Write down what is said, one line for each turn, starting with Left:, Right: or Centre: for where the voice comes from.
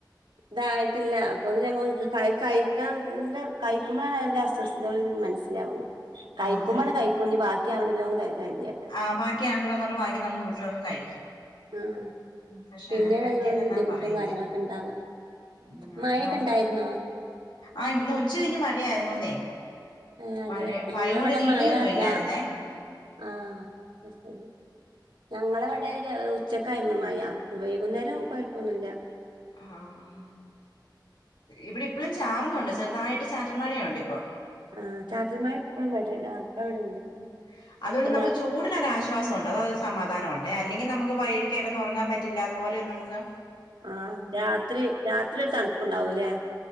Right: തായിട്ടില്ല അപ്പോത്തിന് മ്മക്ക്‌ അത് കഴിക്ക <unintelligible> കയിക്കുമ്പളാണ് അയ്ന്റെ അസ്വസ്ഥതകള് മനസ്സിലാവുള്ളൂ കയിക്കുമ്പണ്ട്
Left: അതെ
Right: കയി ക്കും ഇഞ്ഞി ബാക്കിയാവണ്ടല്ലോന്ന് കര് കര്തിയാണ്
Left: ആഹ് ബാക്കി ആണ്ടലോന്ന് പറഞ്ഞ് ബാക്കി നമ്മള് മുഴുവങ്ങ് കഴിക്കും
Right: ആഹ്
Left: ഉം, പക്ഷെ
Right: പിന്നെണ്
Left: അങ്ങനെ കഴിക്കല്ലെന്നാ
Right: അതിനോട് ബുദ്ധിമുട്ടും
Left: പറയുന്നേ
Right: കാര്യങ്ങളൊക്കെണ്ടാവ
Left: ഉം
Right: മയക്കെണ്ടായിര്ന്നോ
Left: അപ്പളാണ് ആഹ് ഇന്ന് ഉച്ച കഴിഞ്ഞ് മഴയായിരുന്നുന്നേ
Right: ആഹ്
Left: മഴ
Right: അതെ
Left: <unintelligible>
Right: ഞങ്ങളവിടെ മഴ
Left: ഇടിയൊന്നും ഇല്ലായിരുന്നേ
Right: രാ ആഹ് അത് ശെരി ഞങ്ങളവടെ ഒര് ഉച്ച ച്ചക്കായിരുന്നു മയ വൈകുന്നേരം കൊയപ്പൊന്നുല്ല
Left: ആഹ് ഇവടെ ഇപ്പളും ചാറുന്നുണ്ട് ചെറുതായിട്ട് ചാറ്റൽ മഴയുണ്ട് ഇപ്പൊ
Right: ആഹ് ചാറ്റൽ മഴ എപ്പഴും ഇവടെ ആഹ് ഇവിടെണ്ട്
Left: ഉം അതോണ്ട്
Right: ഇപ്പ
Left: നമുക്ക്
Right: മഴ
Left: ചൂടിനൊരാശ്വാ ശ്വാസോണ്ട് അത് ഒരു സമാധാന ഒണ്ടേ അല്ലെങ്കി നമുക്ക് വയ്കിട്ട് കെടന്നൊറങ്ങാൻ പറ്റില്ല അതുപോലെ നമ്മക്ക്
Right: ആഹ് രാത്രി രാത്രി ഒര് തണുപ്പ്ണ്ടാവും ലെ